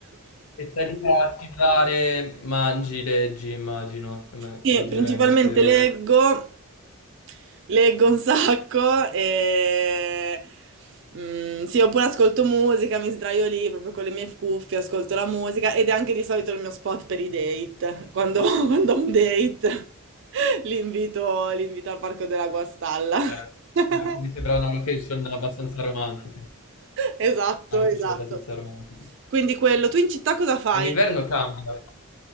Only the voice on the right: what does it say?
Sì,
principalmente
leggo, leggo un sacco e mm, sì, oppure ascolto musica, mi sdraio lì proprio con le mie cuffie, ascolto la musica ed è anche di solito il mio spot per i date, quando, <laughs> quando ho un date <laughs> li invito, li invito al Parco della Guastalla.
<laughs>
Esatto,
esatto.
Quindi quello, tu in città cosa fai?